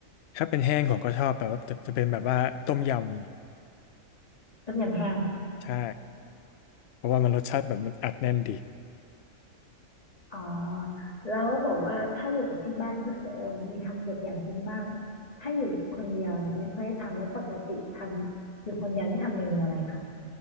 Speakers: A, on the left (about 65°); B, on the left (about 25°).
A: ถ้าเป็นแห้งผมก็ชอบแบบว่าจะจะเป็นแบบว่าต้มยำ
B: ต้มยำแห้ง
A: ใช่ เพราะว่ามันรสชาติแบบมันอัดแน่นดี
B: อ๋อแล้วบอกว่าถ้าอยู่กับที่บ้านก็คือเออมีทำก๋วยเตี๋ยวกินบ้างถ้าอยู่คนเดียวเนี่ยไม่ค่อยได้ทำแล้วปกติทำอยู่คนเดียวนี่ทำเมนูอะไรคะ